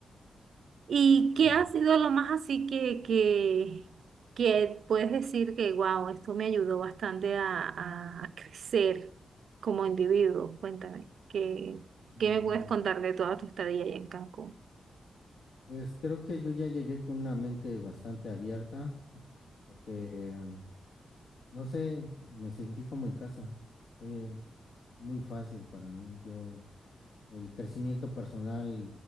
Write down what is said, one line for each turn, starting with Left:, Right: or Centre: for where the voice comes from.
Right: ¿Y qué
Left: ¿Qué?
Right: ha sido lo más así que, que, que puedes decir que, wow, esto me ayudó bastante a, a- a crecer como individuo? Cuéntame, ¿qué,
Left: Mm,
Right: qué me puedes contar de toda tu estadía allá en Cancún?
Left: Pues creo que yo ya llegué con una mente bastante abierta porque, em, no sé, me sentí como en casa. Fue Muy fácil para mí. Yo el crecimiento personal